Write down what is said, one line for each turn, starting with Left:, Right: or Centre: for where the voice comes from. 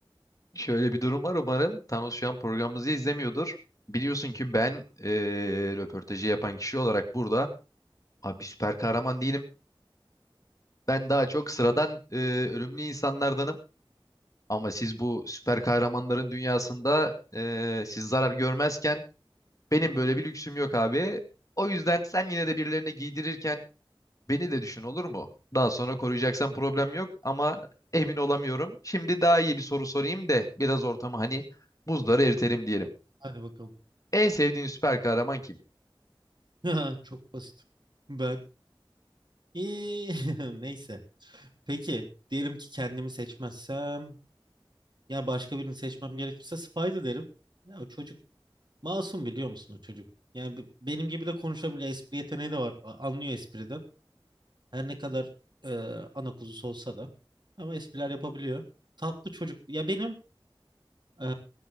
Left: Şöyle bir durum var umarım. Thanos şu an programımızı izlemiyordur. Biliyorsun ki ben eee, röportajı yapan kişi olarak burada abi süper kahraman değilim. Ben daha çok sıradan eee, ölümlü insanlardanım. Ama siz bu süper kahramanların dünyasında eee, siz zarar görmezken benim böyle bir lüksüm yok abi. O yüzden sen yine de birilerine giydirirken beni de düşün olur mu? Daha sonra koruyacaksan problem yok ama emin olamıyorum. Şimdi daha iyi bir soru sorayım da biraz ortamı hani buzları
Right: Hadi
Left: eritelim
Right: bakalım.
Left: diyelim.
Right: Hadi bakalım.
Left: En sevdiğin süper kahraman kim?
Right: <laughs> Çok basit. Ben. İyi, <laughs> Neyse. Peki. Diyelim ki kendimi seçmezsem. Ya başka birini seçmem gerekirse Spider derim. Ya o çocuk masum biliyor musun o çocuk? Yani be- benim gibi de konuşabiliyor. Espri yeteneği de var. A- Anlıyor espriden. Her ne kadar e, ana kuzusu olsa da. Ama espriler yapabiliyor. Tatlı çocuk. Ya benim e,